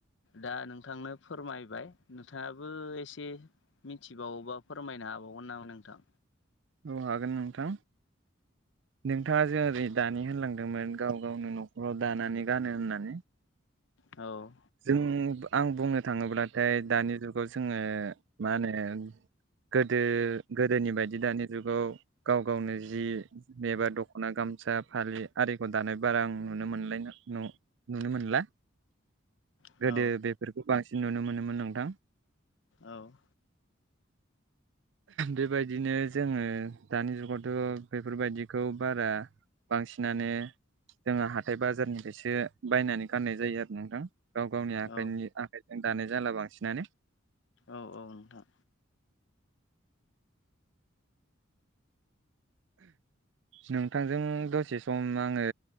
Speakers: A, on the left; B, on the right.
A: दा नोंथांनो फोरमायबाय नोंथाङाबो एसे मिथिबावोबा फोरमायना हाबावगोन नामा नोंथां?
B: औ हागोन नोंथां। नोंथाङा जो ओरै दानि होनलांदोंमोन गाव गावनो न'खराव दानानै गानो होननानै।
A: औ
B: जों आं बुंनो थाङोब्लाथाय दानि जुगाव जोङो मा होनो गोदो गोदोनि बायदि दानि जुगाव गाव गावनो जि मेबा दख'ना गाम गामसा फालि आरिखौ दानाय बारा आं नुनो मोन <unintelligible> नुनो मोनला।
A: औ
B: गोदो बेफोरखौ बांसिन नुनो मोनोमोन नोंथां।
A: औ।
B: बेबायदिनो जोङो दानि जुगावथ' बेफोरबायदिखौ बारा बांसिनानो जोंहा हाथाइ बाजारनिफ्रायसो बायनानै गाननाय जायो आरो नोंथां। गाव गावनि आखाइनि
A: औ
B: आखाइजों दानाय जाला बांसिनानो।
A: औ औ नोंथां।
B: नोंथांजों दसे सम आङो